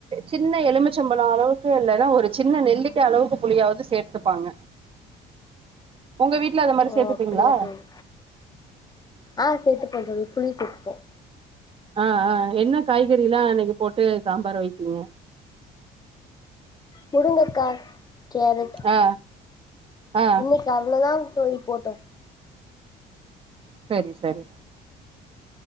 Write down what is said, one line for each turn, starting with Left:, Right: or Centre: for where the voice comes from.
Right: சின்ன எலுமிச்சம்பழோ அளவுக்கு இல்லன்னா ஒரு சின் ன நெல்லிக்கா அளவுக்கு புளியாவது சேர்த்துப்பாங்க உங்க வீட் ல அதுமாரி
Left: ஓ
Right: சேத்துப்பீங்ளா
Left: அப்படியா தோழி ஆ சேத்துப்பே தோழி புளி சேத்துப்பே
Right: ஆ ஆ என்ன காய்கறில்லா இன்னைக்கு போட்டு சாம்பார் வைத்தீங்க
Left: முருங்கக்கா கேரட்
Right: ஆ ஆ
Left: இன்னைக்கு அவ்ளோதாங் தோழி போட்டே
Right: செரி செரி